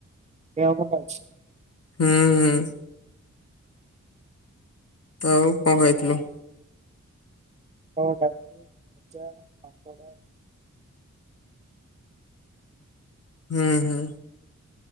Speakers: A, on the right (about 25°); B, on the left (about 55°).
A: ଦେହ ଭଲ ଅଛି?
B: ହୁଁ ହୁଁ। ତ ଆଉ କଣ ଖାଇଥିଲ?
A: ଭାତ ଡାଲି ଭଜା ପାମ୍ପଡ।
B: ହୁଁ ହୁଁ।